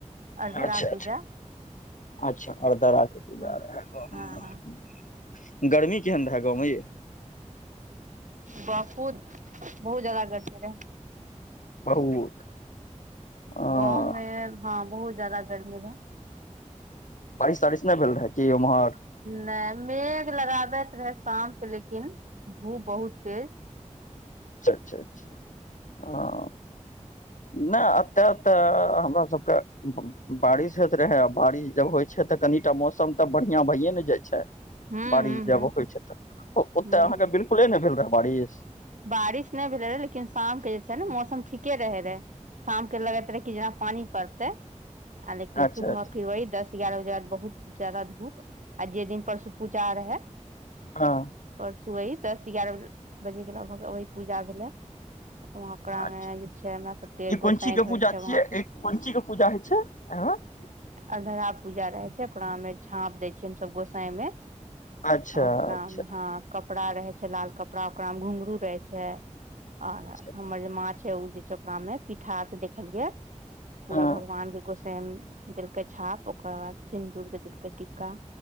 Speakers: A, on the right (about 80°); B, on the left (about 80°).
A: अरदरा
B: अच्छा अच्छा
A: पूजा।
B: अच्छा अरदरा रहा त
A: हँ
B: <unintelligible>
A: हँ हँ
B: गर्मी केहन रहै गावमे ये।
A: बहुत बहुत ज्यादा गर्मी रहै।
B: बहुत। अ
A: गावमे हँ, बहुत जदा गर्मी रहै।
B: बारिश तारिश नहि भेल रहै कि ओम्हर।
A: नहि मेघ लगाबैत रहै शामके लेकिन धूप बहुत तेज।
B: अच्छा, अच्छा, हँ। नहि एते तऽ हमरा सभके बारिश होइत रहै आ बारिश जब होइ छै, तऽ कनिटा मौसम तऽ बढ़िआं भइए ने जाइ छै।
A: ह
B: बारिश
A: ह
B: जेबो
A: ह
B: होइ छै, तऽ ओते
A: ह
B: अहाँकेँ बिल्कूल ने भेल रहै बारिश
A: बारिश नहि भेले रहे लेकिन शामके जे छै ने मौसम ठीके रहे रहे। शामके लगैत रहै कि जेना पानि पड़तै। आ लेकिन
B: अच्छा
A: सुबह
B: अच्छा
A: फिर वही दस एगारह बजे बाद बहुत ज्यादा धूप आ जे दिन परसु। पूजा रहै।
B: हँ।
A: परसू अही दस एगारह बजेके लगभग वही पूजा भेलै। वकरा
B: अच्छा
A: मे जे छै, हमरा सभके
B: ई कोन
A: गोसाई
B: चीज के
A: घर
B: पूजा
A: छै,
B: छियै
A: वहाँ पे
B: ई <unintelligible>
A: अरदरा पूजा रहै छै, ओकरामे झाँप दै छियै, हमस गोसाई मे
B: अच्छा
A: ओकरा
B: अच्छा
A: मे ह। कपड़ा रहे छै, लाल कपड़ा ओकरामे घुघरु रहे छै। आर
B: अच्छा
A: हमर जे माछ छै, उ जे छै ओकरामे पिठारसे देखलिये पूरा
B: हँ
A: भगवान के गोसाै। देलकै छाप ओकररा बाद सिन्दूर के देलकै टिका